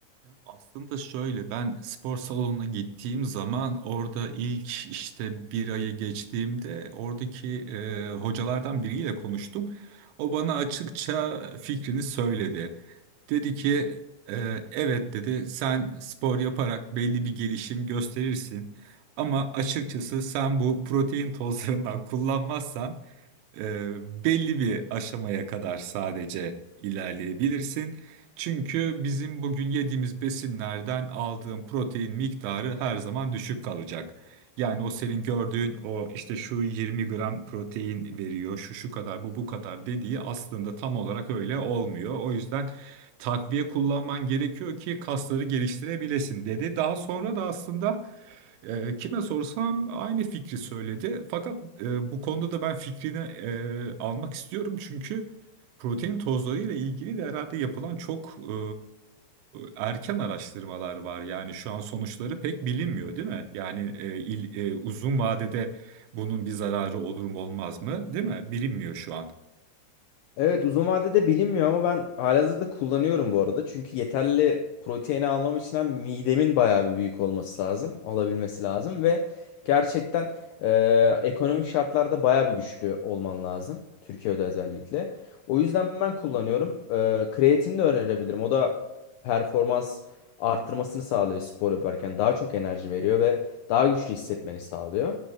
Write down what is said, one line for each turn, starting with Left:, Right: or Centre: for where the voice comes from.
Right: Aslında şöyle ben spor salonuna gittiğim zaman orada ilk işte bir ayı geçtiğimde oradaki e, hocalardan biriyle konuştum. O bana açıkça fikrini söyledi. Dedi ki "E, evet dedi sen spor yaparak belli bir gelişim gösterirsin. Ama açıkçası sen bu protein tozlarından kullanmazsan e, belli bir aşamaya kadar sadece ilerleyebilirsin. Çünkü bizim bugün yediğimiz besinlerden aldığın protein miktarı her zaman düşük kalacak. Yani o senin gördüğün o işte şu 20 gram protein veriyor, şu şu kadar, bu bu kadar dediği aslında tam olarak öyle olmuyor. O yüzden takviye kullanman gerekiyor ki kasları geliştirebilesin dedi. Daha sonra da aslında e, kime sorsam aynı fikri söyledi. Fakat e, bu konuda da ben fikrini e, almak istiyorum çünkü Protein tozlarıyla ilgili de herhalde yapılan çok e, erken araştırmalar var. Yani şu an sonuçları pek bilinmiyor, değil mi? Yani e, il- e, uzun vadede bunun bir zararı olur mu olmaz mı, değil mi? Bilinmiyor şu an.
Left: Evet uzun vadede bilinmiyor ama ben halihazırda kullanıyorum bu arada. Çünkü yeterli proteini almam için hem midemin bayağı bir büyük olması lazım. Alabilmesi lazım ve gerçekten e, ekonomik şartlarda bayağı bir güçlü olman lazım. Türkiye'de özellikle. O yüzden ben kullanıyorum. E, kreatin de önerebilirim. O da performans arttırmasını sağlıyor spor yaparken. Daha çok enerji veriyor ve daha güçlü hissetmeni sağlıyor.